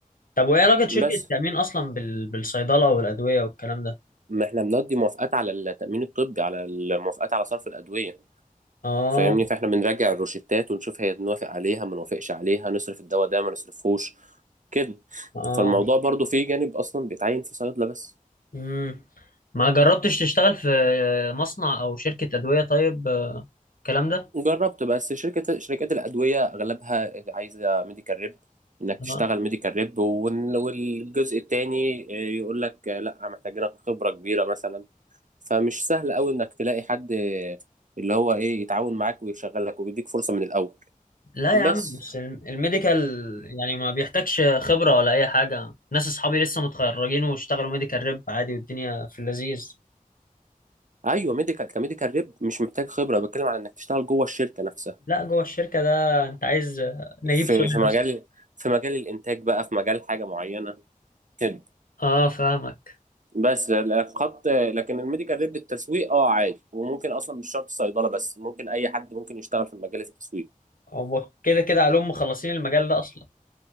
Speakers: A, on the left (about 75°); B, on the right (about 60°).
A: طب وايه علاقة شركة
B: بس
A: التأمين اصلا بال... بالصيدلة والأدوية والكلام ده
B: ما احنا بنقضي موافقات على التأمين الطبي على الموافقات على صرف الأدوية
A: اه
B: فاهمني فاحنا بنراجع الروشتات ونشوف هي نوافق عليها ما نوافقش عليها نصرف الدواء ده ما نصرفهوش كده
A: اه
B: فالموضوع برضو فيه جانب أصلا بيتعين في صيدلة بس
A: امم ما جربتش تشتغل في مصنع او شركة أدوية طيب آه، الكلام ده
B: جربت بس شركة شركات الأدوية أغلبها عايزة ميديكال ريب إنك تشتغل
A: اه
B: ميديكال ريب وال- والجزء التاني آه، يقول لك لا محتاجينك خبرة كبيرة مثلا فمش سهل قوي إنك تلاقي حد اللي هو إيه يتعاون معاك ويشغلك ويديك فرصة من الأول
A: لا
B: بس
A: يا عم بس الم- الميديكال يعني ما بيحتاجش خبرة ولا اي حاجة ناس اصحابي لسه متخرجين واشتغلوا ميديكال ريب عادي والدنيا في اللذيذ
B: ايوه ميديكال كميديكال ريب مش محتاج خبره بتكلم على انك تشتغل جوه الشركه نفسها
A: لا جوه الشركة ده أنت عايز نجيب
B: في
A: سوري
B: في مجال
A: بس
B: في مجال الانتاج بقى في مجال حاجه معينه كده
A: اه فاهمك
B: بس الخط لكن الميديكال ريب التسويق اه عادي وممكن اصلا مش شرط صيدله بس ممكن اي حد ممكن يشتغل في مجال التسويق
A: هو كده كده علوم مخلصين المجال ده أصلا